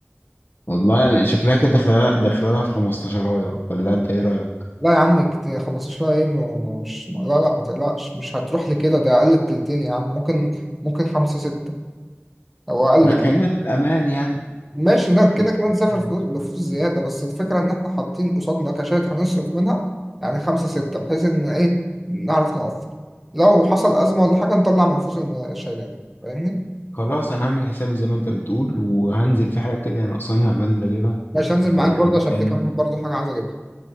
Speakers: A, on the left; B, in the centre.
A: والله أنا شكلها كده داخلة داخلة في 15 ولا انت ايه رأيك؟
B: لا يا عم كت- 15 ايه م- مش لا لا ما تقلقش مش هتروح لي كده ده اقل التلتين يا عم ممكن ممكن خمسة ستة او اقل
A: لا خلينا في الأمان يعني
B: ماشي لا كده
A: في
B: كده نسافر
A: الأمان.
B: فلوس بفلوس زيادة بس الفكرة إن إحنا حاطين قصادنا كاشات هنصرف منها يعني خمسة ستة بحيث إن إيه نعرف نوفر لو حصل أزمة ولا حاجة نطلع من الفلوس اللي شايلينها فاهمني؟
A: خلاص انا هعمل حسابي زي ما انت بتقول وهنزل في حاجة كده ناقصاني هبنزل اجيبها
B: ماشي هنزل
A: زي
B: معاك برضه
A: ما قلت
B: عشان
A: تاني
B: في كمان برضه حاجة عايز أجيبها